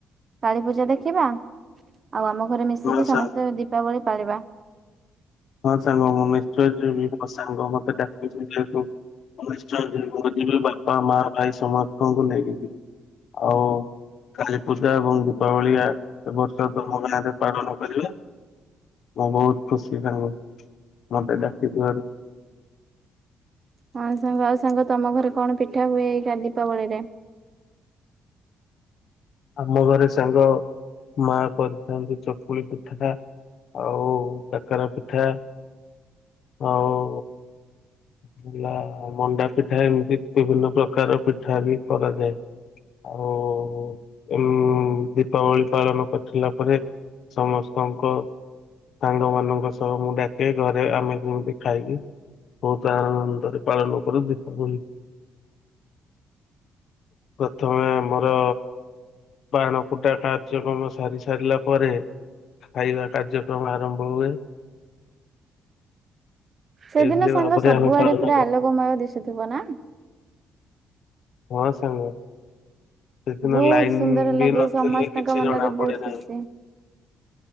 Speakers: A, on the right; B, on the left.
A: କାଳୀପୂଜା ଦେଖିବା ଆଉ ଆମ ଘରେ ମିଶିକି
B: ହଁ ସାଙ୍ଗ।
A: ସମସ୍ତେ ଦୀପାବଳି ପାଳିବା।
B: ହଁ ସାଙ୍ଗ ମୁଁ ନିଶ୍ଚୟ ଯିବି ମୋ ସାଙ୍ଗ ମତେ ଡାକୁଛି ଯେହେତୁ ମୁଁ ନିଶ୍ଚୟ ଯିବି ବାପା, ମା, ଭାଇ, ସମସ୍ତଙ୍କୁ ନେଇକି ଯିବି। ଆଉ। କାଳୀ ପୂଜା ଏବଂ ଦୀପାବଳିଆ ଏବ ବର୍ଷ ତମରି ଗାଁ ପାଳନ କରିବା ମୁଁ ବହୁତ୍ ଖୁସି ସାଙ୍ଗ ଚୁ ମତେ ଡାକିଥିବାରୁ।
A: ହଁ ସାଙ୍ଗ ଆଉ ସାଙ୍ଗ ତମ ଘରେ କଣ ପିଠା ହୁଏ ଏଇ ଦୀପାବଳିରେ?
B: ଆମ ଘରେ ସାଙ୍ଗ ମା କରିଥାନ୍ତି ଚକୁଳି ପିଠାଟା। ଆଉ କାକରା ପିଠା ଆଉ ହେଲା ମଣ୍ଡା ପିଠା ଏମିତି ବିଭିନ୍ନ ପ୍ରକାର ପିଠା ବି କରାଯାଏ। ଆଉ ଉଁ ଦୀପାବଳି ପାଳନ କରିିସାରିଲା ପରେ ସମସ୍ତଙ୍କ ସାଙ୍ଗ ମାନଙ୍କ ସହ ମୁଁ ଡାକେ ଘରେ ଆମେ କେମିତି ଖାଇକି ବହୁତ୍ ଆ ଆନନ୍ଦରେ ପାଳନ କରୁ ଦୀପାବଳୀ ପ୍ରଥମେ ଆମର ବାଣ ଫୁଟା କାର୍ଯ୍ୟକ୍ରମ ସାରି ସାରିଲା ପରେ ଖାଇବା କାର୍ଯ୍ୟକ୍ରମ ଆରମ୍ଭ ହୁଏ।
A: ସେଦିନ
B: ଏଇଭଳି
A: ସାଙ୍ଗ
B: ଭାବରେ
A: ସବୁଆଡେ
B: ଆମେ ପାଳନ
A: ପୁରା
B: କରୁ।
A: ଆଲୋକମୟ ଦିଶୁଥିବ ନା।
B: ହଁ ସାଙ୍ଗ ସେଦିନ
A: ବହୁତ
B: ଲାଇନ
A: ସୁନ୍ଦର ଲାଗେ
B: ବି ନଥିଲେ
A: ସମସ୍ତଙ୍କ
B: କିଛି
A: ମନରେ
B: ଜଣା
A: ବହୁତ
B: ପଡେନାହିଁ।
A: ଖୁସି।